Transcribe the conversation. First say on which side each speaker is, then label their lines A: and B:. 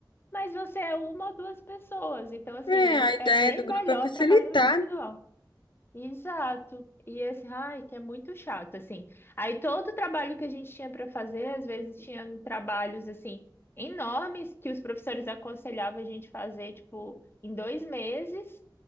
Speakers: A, on the left (about 30°); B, on the left (about 80°).
A: mas você é uma ou duas pessoas. Então, assim,
B: É,
A: eu,
B: a ideia
A: é bem
B: do grupo
A: melhor
B: é facilitar,
A: trabalho individual.
B: né?
A: Exato. E esse ai, que é muito chato, assim. Aí todo o trabalho que a gente tinha para fazer, às vezes tinha trabalhos assim enormes que os professores aconselhavam a gente fazer, tipo, em dois meses.